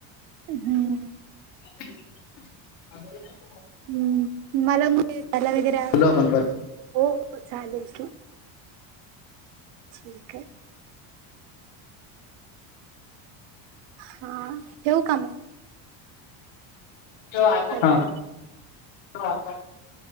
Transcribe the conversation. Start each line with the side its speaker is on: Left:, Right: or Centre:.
Right: हम्म
Left: अ <unintelligible>
Right: हम् मला त्याला वगैरे
Left: बोलू आपण परत
Right: हो चालेल की ठीक आहे हा ठेऊ का मग?
Left: जो आता
Right: हॅलो
Left: आता <unintelligible>